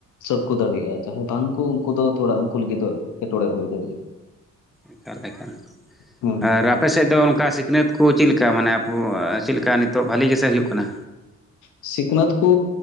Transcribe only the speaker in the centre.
ᱮᱠᱟᱞ ᱮᱠᱟᱞ
ᱟᱨ ᱟᱯᱮ ᱥᱮᱫ ᱫᱚ ᱱᱚᱝᱠᱟ ᱥᱤᱠᱷᱱᱟᱹᱛ ᱠᱚ ᱪᱮᱜᱞᱮᱠᱟ ᱢᱟᱱᱮ ᱟᱵᱚ ᱪᱮᱞᱮᱠ ᱠᱟ ᱱᱤᱛᱚᱜ ᱵᱷᱟᱹᱞᱤ ᱜᱮᱥᱮ ᱦᱩᱭᱩᱜ ᱠᱟᱱᱟ᱾